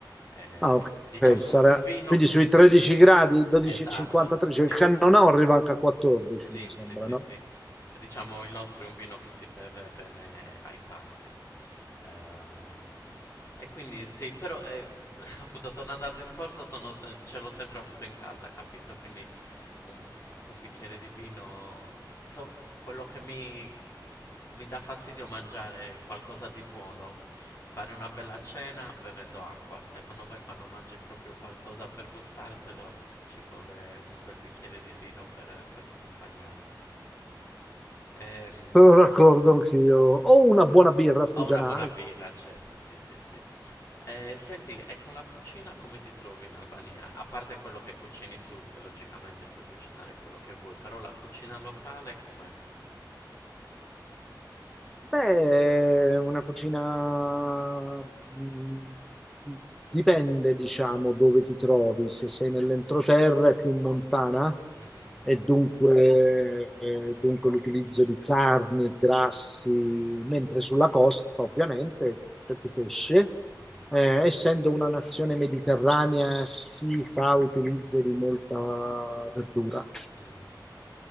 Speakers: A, on the left (about 35°); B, in the centre.
A: Eh,
B: Ah, ok,
A: diciamo
B: sarà...
A: un, un vino
B: Quindi
A: che si...
B: sui 13 gradi, 12,53,
A: Esatto, sì,
B: cioè il cannonau arriva anche a 14,
A: sì,
B: mi sembra,
A: sì, sì,
B: no?
A: sì. Diciamo il nostro è un vino che si beve bene ai pasti. Ehm, e quindi sì, però eh, <laughs> appunto tornando al discorso, sono se- ce l'ho sempre avuto in casa, capito? Quindi un, un bicchiere di vino. so- quello che mi, mi dà fastidio è mangiare qualcosa di buono, fare una bella cena bevendo acqua. Secondo me, quando mangi proprio qualcosa per gustartelo, ci vuole un bel bicchiere di vino per, per accompagnarlo. Ehm,
B: Sono d'accordo anch'io. O una buona birra artigianale,
A: ho una buona birra, certo, sì, sì, sì. Eh, senti, e con la cucina come ti trovi in Albania? A parte quello che cucini tu, che logicamente puoi cucinare quello che vuoi, però la cucina locale come?
B: Beh, una cucina mh, dipende, diciamo, dove ti trovi. Se sei nell'entroterra è più montana
A: Mhm,
B: e dunque, eh, dunque l'utilizzo di carni e grassi, mentre
A: mm,
B: sulla costa ovviamente c'è più pesce.
A: mhm,
B: Eh, essendo una nazione mediterranea si fa utilizzo di molta verdura,
A: mhm.